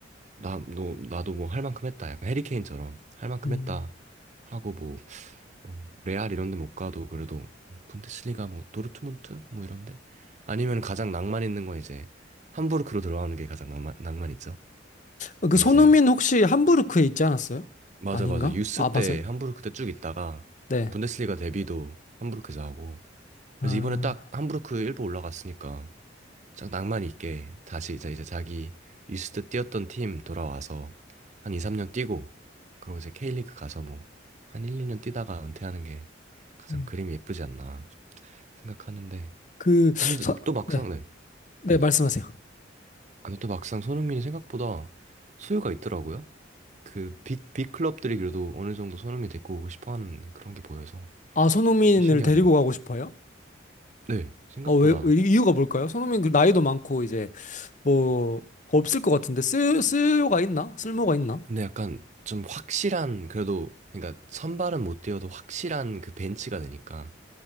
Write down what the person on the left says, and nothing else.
음.
어, 그
손흥민 혹시 함부르크에 있지 않았어요?
아닌가?
아, 맞아요?
네.
아,
음.
그, 서,
네.
네,
말씀하세요.
아, 손흥민을
데리고 가고 싶어요?
어, 왜, 왜, 이유가 뭘까요? 손흥민 그 나이도 많고 이제 뭐 없을 것 같은데 쓸, 쓸모가 있나? 쓸모가 있나?